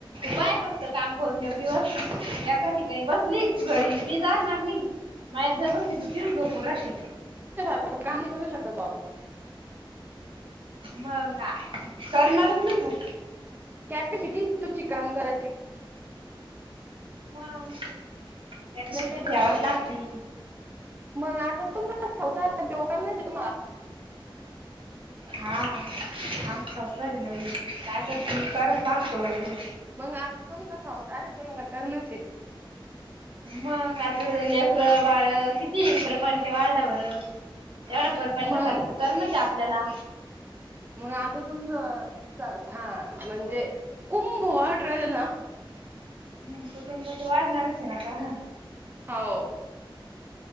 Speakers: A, on the right; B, on the right.
A: बाहेर फक्त काम करून एक दिवस एका ठिकाणी बस. घरी मी जाणार नाही. माझ्यासोबत इथंच तू तीच झोपून राहशील.
B: तर काम नाही करू शकत का आपण
A: मग का करणारच ना तू.
B: कॅपसिटी तुमची काम करायची.
A: मग कॅपॅसिटी
B: लय कपॅसिटी
A: ठेवावीच
B: हाय.
A: लागती
B: मग आता तुमच तर होणार नाहीय काय तुम्हाला.
A: हा हा संसार आहे बाई काय करतेस करावंच लागतं.
B: मग आता तुमचा संसार तुम्ही मग करणंच आहे.
A: मग आता लेकरं, बाळ किती प्रपंच वाढला बरं. तेवढं प्रपंचासाठी
B: मग
A: तर करणच आहे आपल्याला,
B: मग आता तुमचं सखा म्हणजे कुटुंब वाढून राहिल ना.
A: हम् कुटुंब तर वाढणारच आहे ना आता,
B: हो.